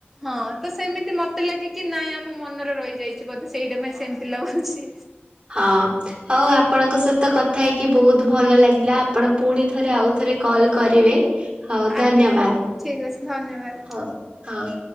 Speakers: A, in the centre; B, on the right (about 20°).
A: ହଁ ତ ସେମିତି ମତେ ଲାଗେ କି ନାଇଁ ଆମ ମନରେ ରହିଯାଇଛି ବୋଧେ ସେଇଟା ପାଇଁ ସେମତି ଲାଗୁଛି।
B: ହ ହଉ ଆପଣଙ୍କ ସହିତ କଥା ହେଇକି ବହୁତ ଭଲ ଲାଗିଲା ଆପଣ ପୁଣି ଥରେ ଆଉ ଥରେ କଲ କରିବେ ହଉ
A: ଆଜ୍ଞା
B: ଧନ୍ୟବାଦ
A: ଠିକ ଅଛି ଧନ୍ୟବାଦ।
B: ହଉ ହଉ-